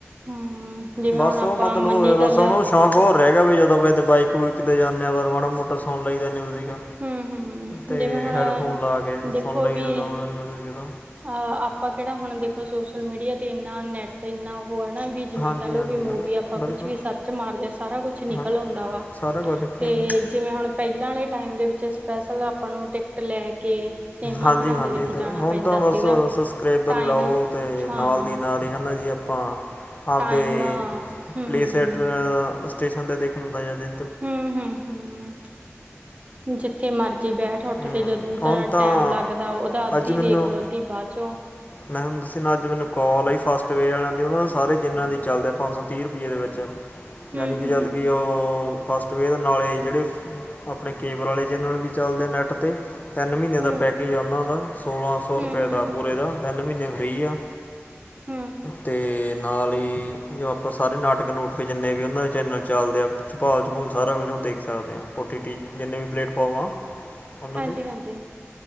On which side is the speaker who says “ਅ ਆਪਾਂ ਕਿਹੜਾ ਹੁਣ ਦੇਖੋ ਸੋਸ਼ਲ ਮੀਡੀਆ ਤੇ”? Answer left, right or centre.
Right